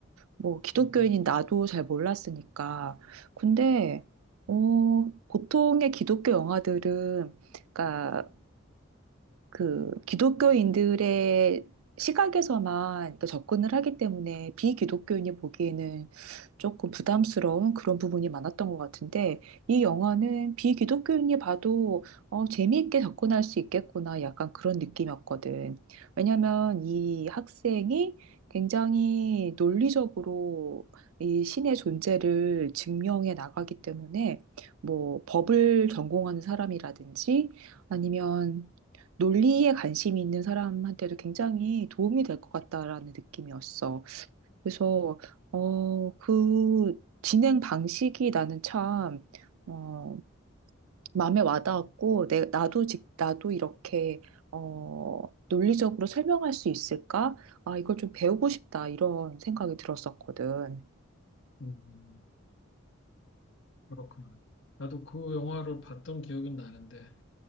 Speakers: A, on the right (about 85°); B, on the left (about 60°).
A: 뭐, 기독교인인
B: 음,
A: 나도 잘 몰랐으니까. 근데, 어, 보통의 기독교 영화들은, 그러니까 그 기독교인들의 시각에서만 또 접근을 하기 때문에 비기독교인이 보기에는 조금 부담스러운 그런 부분이 많았던 것 같은데 이 영화는 비기독교인이 봐도 어, 재미있게 접근할 수 있겠구나 약간 그런 느낌이었거든. 왜냐하면 이 학생이 굉장히 논리적으로 이 신의 존재를 증명해 나가기 때문에 뭐 법을 전공하는 사람이라든지 아니면 논리에 관심이 있는 사람한테도 굉장히 도움이 될 것 같다라는 느낌이었어. 그래서, 어, 그 진행 방식이 나는 참, 어, 마음에 와닿았고, 내, 나도 직, 나도 이렇게, 어, 논리적으로 설명할 수 있을까? 아, 이걸 좀 배우고 싶다, 이런 생각이 들었었거든.
B: 음. 그렇구나. 나도 그 영화를 봤던 기억은 나는데,